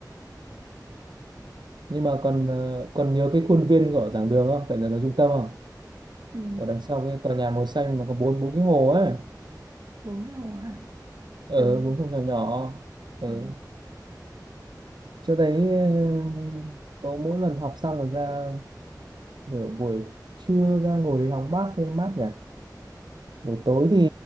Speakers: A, on the right (about 85°); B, on the right (about 55°).
A: nhưng mà còn ờ, còn nhớ cái khuôn viên của giảng đường không phải là nó trung tâm không
B: ừ,
A: ở đằng sau cái tòa nhà màu xanh mà có bốn bốn cái hồ ấy
B: bốn cái hồ hả
A: ở
B: từ
A: bốn hồ nhỏ nhỏ ở
B: à,
A: chỗ đấy ờ, bố mỗi lần học xong rồi ra buổi, buổi trưa ra ngồi đấy hóng mát cho nó mát nhỉ buổi tối thì